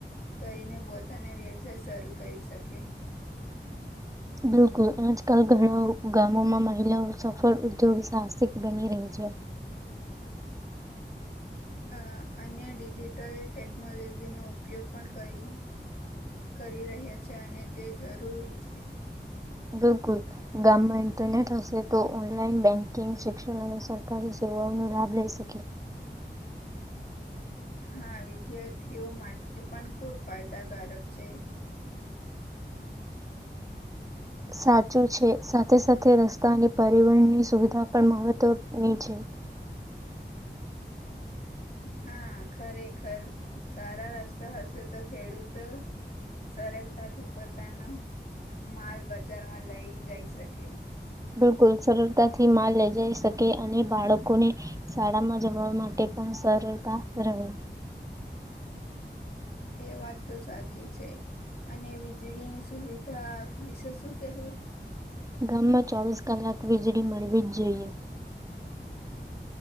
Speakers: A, on the left (about 55°); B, on the right (about 15°).
A: કરીને પોતાને વ્યવસાય શરૂ કરી શકે.
B: બિલકુલ આજકાલ ઘણા ગામોમાં મહિલાઓ સફળ ઉદ્યોગ સાહસિક બની રહી છે.
A: અ અન્ય ડિજિટલ ટેકનોલોજીનો ઉપયોગ પણ કરી, કરી રહ્યા છે, અને તે જરૂરી છે.
B: બિલકુલ ગામમાં ઇન્ટરનેટ હશે તો ઓનલાઇન બેન્કિંગ, શિક્ષણ અને સરકારી સેવાઓનો લાભ લઈ શકે.
A: હા વિદ્યાર્થીઓ માટે પણ ખુબ ફાયદાકારક છે.
B: સાચું છે સાથે સાથે રસ્તા અને પરિવહની સુવિધા પણ મહત્વની છે.
A: હા ખરેખર સારા રસ્તા હશે તો ખેડૂત સરળતાથી પોતાનો માલ બજારમાં લઈ જાય શકે.
B: બિલકુલ સરળ તાથી માલ લઈ જઈ શકે, અને બાળકોને શાળા માં જમવા માટે પણ સરળતા રહે.
A: એ વાત તો સાચી છે અને વીજળીની સુવિધા વિશે શું કેહેવું?
B: ગામમાં ચોવીસ કલાક વીજળી મળવી જ જોઈએ.